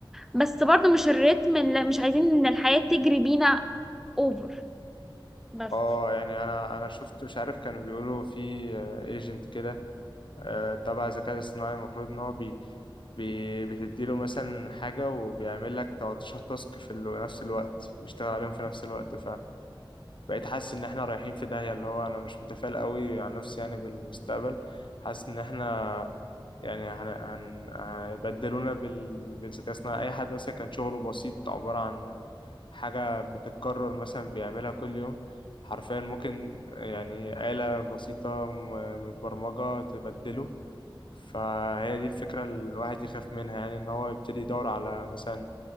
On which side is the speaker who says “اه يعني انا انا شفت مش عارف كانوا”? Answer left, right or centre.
Left